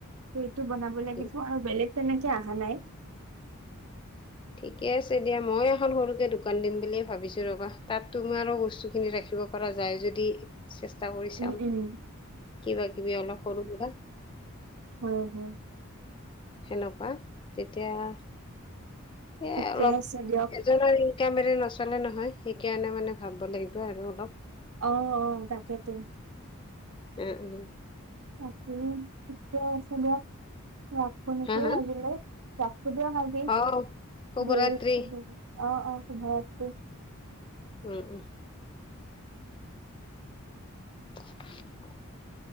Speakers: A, on the right; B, on the left.
A: স টো বনাব
B: ঠিক
A: লাগিব। আৰু বেলেগ তেনেকে অহা নাই।
B: ঠিকে আছে দিয়া। মই এখন সৰুকে দোকান দিম বুলিয়ে ভাবিছো। ৰবা তাত তুমি আৰু বস্তু খিনি ৰাখিবা। ৰাখিব পৰা যায় যদি চেষ্টা কৰি চাম
A: উম, উম।
B: কিবা কিবি অলপ সৰু সুৰা
A: উ হ
B: সনেকুৱা তেতিয়া সে
A: ঠিকে
B: অলপ
A: আছে দিয়ক।
B: এজ কামেৰি নচলে নহয় সেইকাৰণে মানে ভাব লাগিব আৰু অলপ
A: অ অ তাকেতো
B: উম, উম।
A: <inaudible>
B: হা হা
A: সুভ
B: অ শুভৰাত্ৰি
A: <unintelligible>
B: উম, উম। <inaudible>